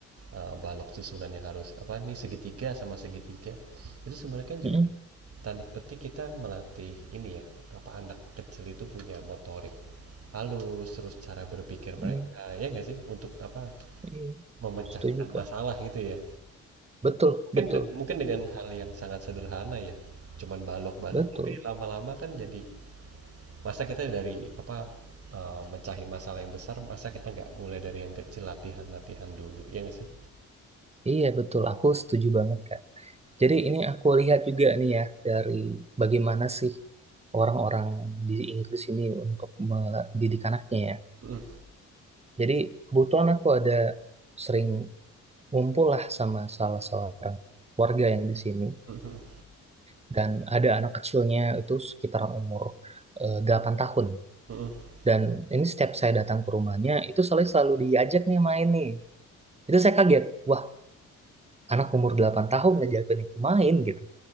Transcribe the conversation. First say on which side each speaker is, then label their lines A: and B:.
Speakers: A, on the right (about 50°); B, on the right (about 20°).
A: eh, balok susunannya harus apa nih segitiga sama segitiga. Itu sebenarnya kan
B: mm-mm,
A: juga tanda petik kita melatih ini ya, apa anak kecil itu punya motorik halus, terus cara berpikir mereka,
B: mm-mm.
A: ya nggak sih? Untuk apa?
B: Iya,
A: Memecahkan
B: Setuju, Kak.
A: masalah gitu ya.
B: Betul,
A: Mungkin
B: betul.
A: de- mungkin dengan hal yang sangat sederhana ya. Cuman balok-balok,
B: Betul.
A: tapi lama-lama kan jadi masa kita dari apa eh, mecahin masalah yang besar, masa kita nggak mulai dari yang kecil latihan-latihan dulu, ya nggak sih?
B: Iya, betul. Aku setuju banget, Kak. Jadi ini aku lihat juga nih ya, dari bagaimana sih orang-orang di Inggris ini untuk mendidik anaknya ya.
A: Mm,
B: Jadi kebetulan aku ada sering ngumpul lah sama salah seorang keluarga yang di sini.
A: mm, mm,
B: Dan ada anak kecilnya itu sekitaran umur eh, 8 tahun.
A: mm.
B: Dan ini setiap saya datang ke rumahnya, itu selalu, selalu diajak nih main nih. Itu saya kaget, wah anak umur 8 tahun ngajak aku main gitu.